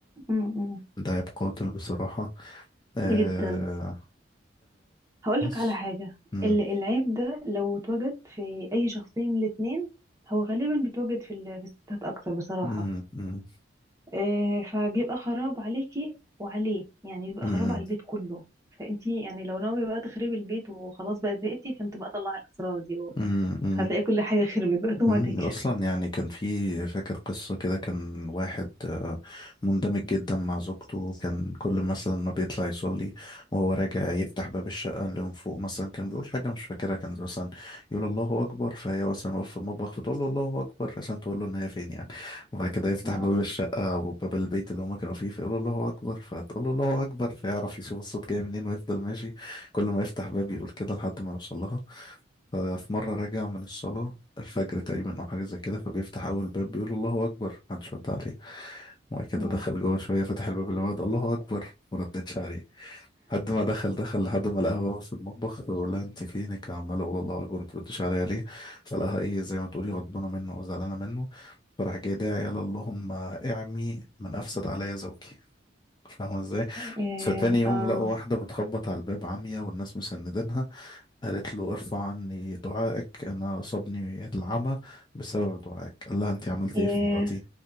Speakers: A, on the right; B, on the left.
A: أمم،
B: ده عيب قاتل بصراحة إيه
A: جدا هقول
B: بس
A: لك على حاجه
B: مم.
A: ال- العيب ده لو اتوجد في اي شخصيه من الاتنين هو غالبا بيتوجد في ال- في الستات اكتر بصراحه
B: مم. مم.
A: آه، فبيبقى خراب عليكي وعليه يعني بيبقى
B: مم.
A: خراب على البيت كله فانتي يعني لو ناويه بقى تخربي البيت وخلاص بقى زهقتي فانت بقى طلعي الاسرار دي
B: مم. مم.
A: هتلاقي كل حاجة خربت بقى اوتوماتيك
B: مم، اصلا يعني كان في فاكر قصه كده كان واحد آه، مندمج جدا مع زوجته كان كل مثلا ما بيطلع يصلي وهو راجع يفتح باب الشقه اللي من فوق مثلا كان بيقول حاجه مش فاكرها كان مثلا يقول الله اكبر فهي مثلا واقفه في المطبخ فتقول له الله اكبر عشان تقول له ان هي فين يعني وبعد كده يفتح
A: اه
B: باب الشقه او باب البيت اللي هما كانوا فيه فيقول له الله اكبر فتقول له الله اكبر فيعرف يشوف الصوت جاي منين ويفضل ماشي كل ما يفتح باب يقول كده لحد ما يوصل لها ففي مرة راجع من الصلاة الفجر تقريبا أو حاجة زي كده فبيفتح أول باب بيقول الله أكبر محدش رد عليه وبعد كده
A: مم.
B: دخل جوه شوية فتح الباب اللي بعده الله أكبر مردتش عليه لحد ما دخل دخل لحد ما لقاها واقفة في المطبخ بيقول لها أنت فينك عمالة أقول الله أكبر متردش عليا ليه فلقاها إيه زي ما تقولي غضبانة منه أو زعلانة منه فراح جاي داعي قال اللهم اعمي من أفسد عليا زوجي فاهمة ازاي
A: ايه
B: فتاني يوم
A: اه
B: لقوا واحدة بتخبط على الباب عمية والناس مسندينها قالت له ارفع عني دعائك انا اصابني العمى بسبب دعائك قال لها انت عملت
A: ايه
B: ايه في مراتي